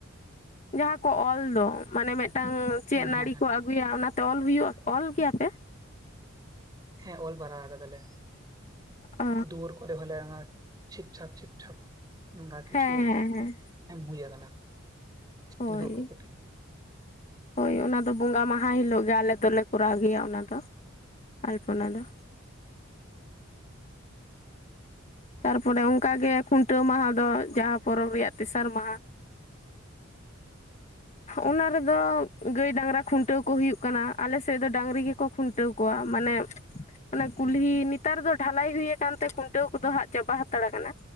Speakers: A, on the left; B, on the right.
A: ᱡᱟᱦᱟᱸ ᱠᱚ ᱚᱞ ᱫᱚ ᱢᱟᱱᱮ ᱢᱤᱫᱴᱟᱝ ᱪᱮᱫ
B: ᱦᱮᱸ
A: ᱱᱟᱹᱲᱤ
B: ᱦᱮᱸ ᱦᱮᱸ
A: ᱠᱚ ᱟᱹᱜᱩᱭᱟ ᱚᱱᱟᱛᱮ ᱚᱞ ᱦᱩᱭᱩᱜ ᱚᱞ ᱠᱮᱭᱟ ᱯᱮ
B: ᱦᱮᱸ ᱚᱞ ᱵᱟᱲᱟ ᱛᱟᱦᱮ
A: ᱚ
B: ᱫᱩᱨ ᱠᱚᱨᱮ ᱵᱚᱞᱮ ᱪᱷᱤᱯᱪᱷᱟᱠ ᱪᱷᱤᱯᱪᱷᱟᱯ ᱱᱚᱝᱠᱟ ᱠᱤᱪᱷᱩ
A: ᱦᱮᱸ ᱦᱮᱸ ᱦᱮᱸ
B: ᱮᱢ ᱦᱩᱭ ᱟᱠᱟᱱᱟ
A: ᱦᱳᱭ
B: ᱪᱤᱱᱦᱟᱹᱣ ᱠᱚᱯᱮ
A: ᱦᱳᱭ ᱚᱱᱟ ᱫᱚ ᱵᱚᱸᱜᱟ ᱢᱟᱦᱟ ᱦᱤᱞᱳᱜ ᱜᱮ ᱟᱞᱮ ᱫᱚᱞᱮ ᱠᱚᱨᱟᱣ ᱜᱮᱭᱟ ᱚᱱᱟ ᱫᱚ ᱟᱞᱯᱚᱱᱟ ᱫᱚ ᱛᱟᱨᱯᱚᱨᱮ ᱚᱱᱠᱟ ᱜᱮ ᱠᱷᱩᱱᱴᱟᱹᱣ ᱢᱟᱦᱟ ᱫᱚ ᱡᱟᱦᱟᱸ ᱯᱚᱨᱚᱵᱽ ᱨᱮᱭᱟᱜ ᱛᱮᱥᱟᱨ ᱢᱟᱦᱟ ᱚᱱᱟ ᱨᱮᱫᱚ ᱜᱟᱹᱭ ᱰᱟᱝᱨᱟ ᱠᱷᱩᱱᱴᱟᱹᱣ ᱠᱚ ᱦᱩᱭᱩᱜ ᱠᱟᱱᱟ ᱟᱞᱮᱥᱮᱫ ᱫᱚ ᱰᱟᱹᱝᱨᱤ ᱜᱮᱠᱚ ᱠᱷᱩᱱᱴᱟᱹᱣ ᱠᱚᱣᱟᱜ ᱢᱟᱱᱮ ᱚᱱᱟ ᱠᱩᱞᱦᱤ ᱱᱮᱛᱟᱨ ᱫᱚ ᱰᱷᱟᱞᱟᱭ ᱦᱩᱭ ᱟᱠᱟᱱ ᱛᱮ ᱠᱷᱩᱱᱴᱟᱹᱣ ᱠᱚᱫᱚ ᱦᱟᱸᱜ ᱪᱟᱵᱟ ᱦᱟᱛᱟᱲ ᱟᱠᱟᱱᱟ